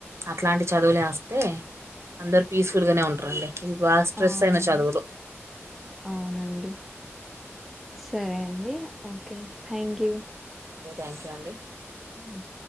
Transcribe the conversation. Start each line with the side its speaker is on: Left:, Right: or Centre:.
Right: అట్లాంటి చదువులే అస్తే అందరు పీస్ఫుల్గనే ఉంటారండి ఇ బాగా స్ట్రెస్
Centre: అవునండి
Right: అయిన చదువులు
Centre: అవునండి సరే అండి okay thank you.
Right: Okay thank you అండి.
Centre: బయ్